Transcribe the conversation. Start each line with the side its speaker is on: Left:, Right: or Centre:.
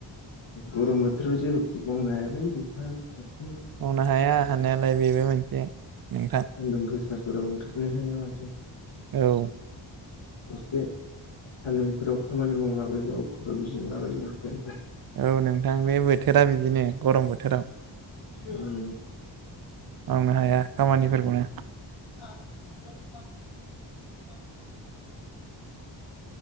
Left: गरम बोथोराव जेबो मावनो हायालै नोंथां माथो
Right: मावनो हाया हानायालाय बेबो मोनसे नोंथां
Left: सानदुं गोसाफोराव ओंखारनोनो हाया माथो
Right: औ
Left: एसे सानदुंफोराव खामानि मावलाबायबाबो खर' गिदिंलाबायो माथो ओमफाय
Right: औ नोंथां बे बोथोरा बिदिनो गरम बोथोराव
Left: ओम
Right: मावनो हाया खामानिफोरखौनो
Left: <inaudible>